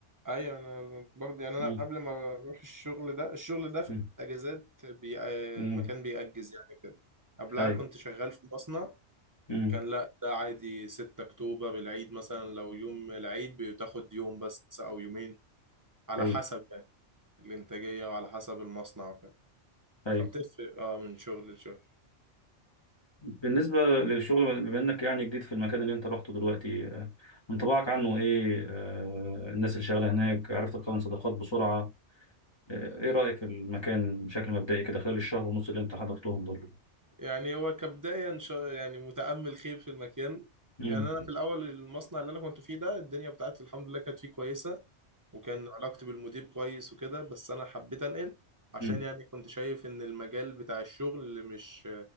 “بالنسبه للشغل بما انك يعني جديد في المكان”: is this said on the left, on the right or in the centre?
Left